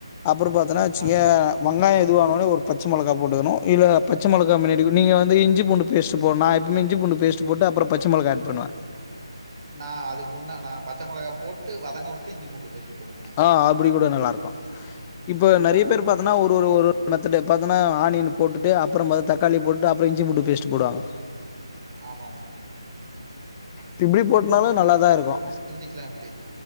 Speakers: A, on the left (about 20°); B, on the right (about 45°).
A: அப்பற பாத்தனா வச்சியே
B: ஆ.
A: வெங்காயோ இதுவானோனே ஒரு பச்ச மொளகா போட்டுக்கணு இல்ல பச்ச மொளகா முன்னாடி நீங்க வந்து இஞ் பூண்டு பேஸ்ட் போட்னு நா எப்பமே இ்ஞ்சிபூண்டு பேஸ்ட் போட்டு அப்பற பச்சமொளகா ஆட் பண்ணுவ
B: நா அதுக்கு முன்ன நா பச்ச மொளகா போட்டு வதங்க உட்டு இஞ்சி பூண்டு பேஸ்ட் போடுவண்ண
A: அ அப்டி கூட நல்லாருக்கு இப்ப நெறைய
B: ஆ
A: பேர் பாத் பாத்தனா ஒரு ஒரு மெத்தடு பாத்தனா ஆனியன் போட்டுட்டு அப்புறோ மொத தக்காளி போட்டுட்டு அப்புறோ இஞ்சி பூண்டு பேஸ்ட் போடாங்கோ
B: ஆமாண்ண
A: ஃபிப்ரி போட்னாலு நல்லாதா இருக்கோ
B: க்கலாப்டி